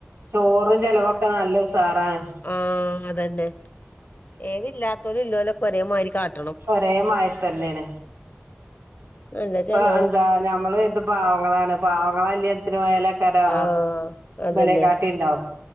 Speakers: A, on the right (about 70°); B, on the left (about 45°).
A: ചോറും ചിലവൊക്കെ നല്ല ഉഷാറാണ്.
B: ആഹ്. അതന്നെ. ഏത് ഇല്ലാത്തോലും ഇല്ലെല്ലുംക്കെ ഒരേ മാതിരി കാട്ട്
A: ഒരേ മാതിരി തന്നെണ്.
B: നല്ല
A: ഇപ്പൊ
B: ചെലവാ
A: എന്താ നമ്മള് കർതും പാവങ്ങളാണ്. പാവങ്ങളെ കല്യാണ ത്തിന് പോയാലേക്കാരം
B: ആ
A: അ
B: അതന്നെ
A: ഇബലെ കാട്ടി ഇണ്ടാവും.